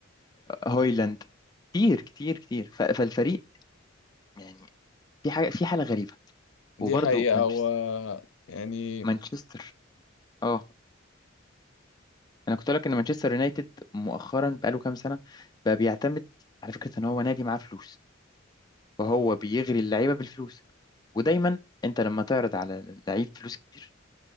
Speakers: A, on the left; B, on the left.
A: هويلاند كتير كتير كتير ف- فالفريق يعني في حاجه في حاله غريبه
B: دي
A: وبرضه
B: حقيقة
A: مانشستر
B: و يعني
A: مانشستر اه انا كنت اقول لك ان مانشستر يونايتد مؤخرا بقاله كام سنه بقى بيعتمد على فكره ان هو نادي معاه فلوس وهو بيغري اللعيبه بالفلوس ودايما انت لما تعرض على لعيب فلوس كتير